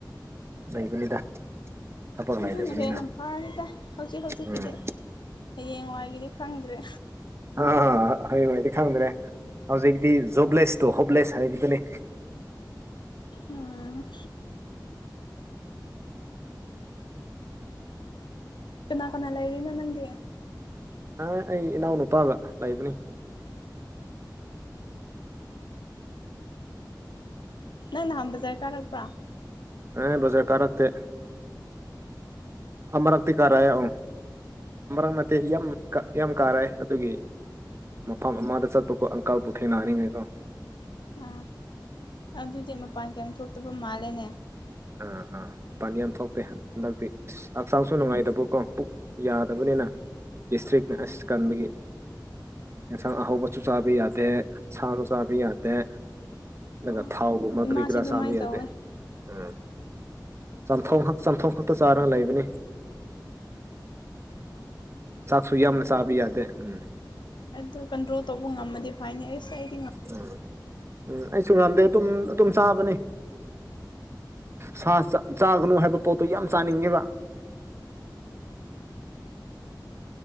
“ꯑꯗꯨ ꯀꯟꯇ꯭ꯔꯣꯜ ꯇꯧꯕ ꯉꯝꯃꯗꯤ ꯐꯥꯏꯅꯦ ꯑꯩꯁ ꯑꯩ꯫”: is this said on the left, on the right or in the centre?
Left